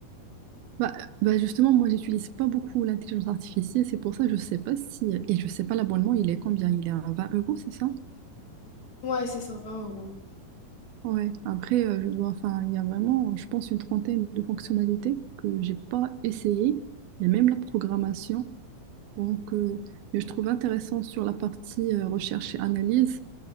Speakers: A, on the right (about 80°); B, on the left (about 50°).
A: Bah, bah justement, moi, j'utilise pas beaucoup l'intelligence artificielle, c'est pour ça que je sais pas si, et je sais pas l'abonnement, il est combien? Il est à 20 euros, c'est ça?
B: Ouais, c'est cent vingt euros.
A: Ouais. Après, euh, je dois, enfin, il y a vraiment, je pense, une trentaine de fonctionnalités que j'ai pas essayées, Il y a même la programmation. Donc, euh, mais je trouve intéressant sur la partie euh, recherche et analyse.